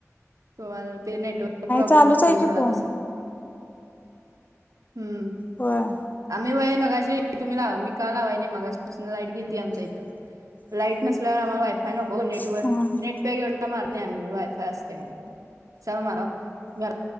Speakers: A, on the right (about 85°); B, on the left (about 35°).
A: तुम्हाला ते नेटवर्क प्रॉब्लेम
B: चालूच
A: होतोय
B: आहे की
A: सोडा
B: फोन
A: तसा. हम्म
B: व्हय
A: आम्ही ब मगाशी तुम्ही लावा मी का लावाय नयी मघासपासन लाईट गेलीती आमच्या इथ. लाईट नसल्यावर आम्हाला वायफाय नको नेटवर
B: हा
A: नेटपॅक एवढा मारत नाही आम्ही वायफाय असतय म्हणून. चल माराव घर